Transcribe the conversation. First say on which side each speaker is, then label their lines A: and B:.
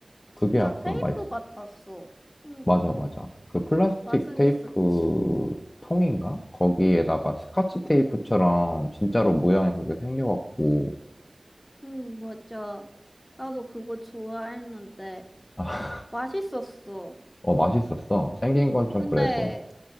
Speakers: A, on the left (about 35°); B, on the left (about 65°).
A: 진짜
B: 그게 약간
A: 테이프
B: 맛있어.
A: 같았어. 응,
B: 맞아, 맞아. 그 플라스틱
A: 맛은
B: 테이프
A: 있었지.
B: 통인가? 거기에다가 스카치 테이프처럼 진짜로 모양이 그렇게 생겨갖고,
A: 응, 맞아. 나도 그거 좋아했는데,
B: 아,
A: 맛있었어.
B: 어, 맛있었어. 생긴 건 좀
A: 근데
B: 그래도.